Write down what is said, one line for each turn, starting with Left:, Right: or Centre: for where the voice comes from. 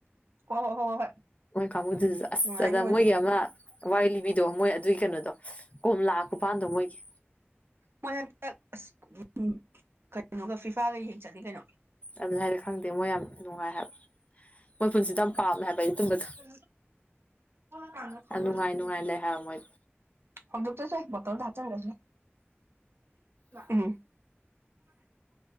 Right: ꯑꯣ ꯍꯣ ꯍꯣ ꯍ ꯍꯣꯏ
Left: ꯃꯣꯏ ꯀꯥꯡꯃꯕꯨꯗꯨꯁꯨ ꯑꯁ
Right: ꯅꯨꯡꯉꯥꯏꯅꯤ
Left: ꯑ
Right: ꯃꯣꯏꯁꯨ
Left: ꯃꯣꯏꯒꯤ ꯑꯃ ꯋꯥꯏ ꯂꯤꯕꯤ ꯗꯣ ꯃꯣꯏ ꯑꯗꯨꯒꯤ ꯀꯩꯅꯣꯗꯣ ꯀꯣꯝ ꯂꯥꯛꯄꯄꯥꯟꯗꯣ ꯃꯣꯏꯒꯤ
Right: ꯃꯣꯏ ꯍꯟꯗꯛ ꯑꯁ ꯎ ꯀꯩꯅꯩꯅꯣꯒ ꯐꯤꯐꯥꯒ ꯌꯦꯡ ꯆꯠꯂꯤ ꯀꯩꯅꯣ
Left: ꯑꯗꯨ ꯍꯥꯏꯗꯤ ꯈꯪꯗꯦ ꯃꯣꯏ ꯌꯥꯝ ꯅꯨꯡꯉꯥꯏ ꯍꯥꯏꯕ ꯃꯣꯏ ꯄꯨꯟꯁꯤꯗ ꯌꯥꯝ ꯄꯥꯝꯃꯦ ꯍꯥꯏꯕ ꯑꯩꯗꯤ ꯑꯗꯨꯝꯕꯗꯣ
Right: ꯐ ꯀꯅ ꯈꯕꯔꯗ
Left: ꯌꯥꯝ ꯅꯨꯡꯉꯥꯏ ꯅꯨꯡꯉꯥꯏ ꯂꯩ ꯍꯥꯏꯕ ꯃꯣꯏꯗꯤ
Right: ꯍꯧꯗꯞ ꯇꯁ ꯠꯇꯔ ꯍꯥ ꯆꯒꯁꯦ ꯎꯝ